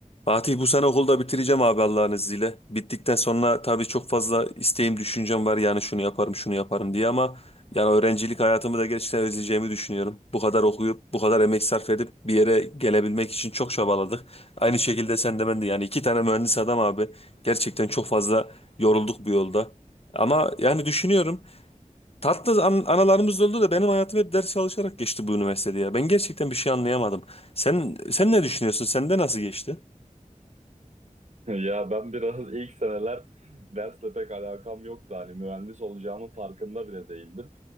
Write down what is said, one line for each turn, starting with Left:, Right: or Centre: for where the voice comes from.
Left: Fatih bu sene okulda bitireceğim abi Allah'ın izniyle. Bittikten sonra tabii çok fazla isteğim, düşüncem var yani şunu yaparım, şunu yaparım diye ama yani öğrencilik hayatımı da gerçekten özleyeceğimi düşünüyorum. Bu kadar okuyup, bu kadar emek sarf edip bir yere gelebilmek için çok çabaladık. Aynı şekilde sen de ben de yani iki tane mühendis adam abi. Gerçekten çok fazla yorulduk bu yolda. Ama yani düşünüyorum tatlı an anılarımız da oldu da benim hayatım hep ders çalışarak geçti bu üniversitede ya. Ben gerçekten bir şey anlayamadım. Sen sen ne düşünüyorsun? Sende nasıl geçti?
Right: <laughs> Ya ben biraz ilk seneler dersle pek alakam yoktu. Hani mühendis olacağımın farkında bile değildim.